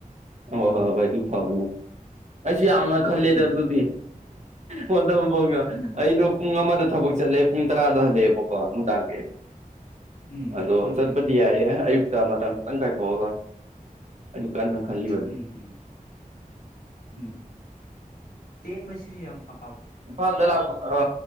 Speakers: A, on the right; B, on the left.
A: ꯎ
B: ꯎꯝ
A: ꯍ ꯍꯣꯏ ꯍꯣꯏ ꯑꯗꯨ ꯐꯕꯅꯦ ꯑꯩꯁꯨ ꯌꯥꯝꯅ ꯈꯜꯂꯦꯗ
B: ꯎꯝ
A: ꯑꯗꯨꯗꯤ ꯍ ꯐꯥꯎ
B: ꯎꯝ
A: ꯑꯩꯗꯣ ꯄꯨꯡ ꯑꯃꯗ ꯊꯕꯛ ꯆꯠꯂꯦ ꯄꯨꯡ ꯇꯔꯥꯗ ꯍꯜꯂꯛꯑꯦꯕꯀꯣ ꯅꯨꯡꯗꯥꯡꯒꯤ
B: ꯎꯝ
A: ꯑꯗꯣ
B: ꯎꯝ
A: ꯆꯠꯄꯗꯤ ꯌꯥꯌꯦ ꯑꯦ ꯑꯌꯨꯛꯇ ꯃꯇꯝ ꯈꯤꯇꯪ ꯀꯥꯏꯊꯣꯛꯑꯒ ꯀꯟꯅ ꯈꯜꯂꯤꯕꯅꯤ
B: ꯎꯝ ꯎꯝ ꯎꯝ ꯇꯦꯟꯕꯁꯤꯁꯨ ꯌꯥꯝ ꯐ
A: ꯏꯝꯐꯥꯜꯗ ꯂꯥꯛꯄ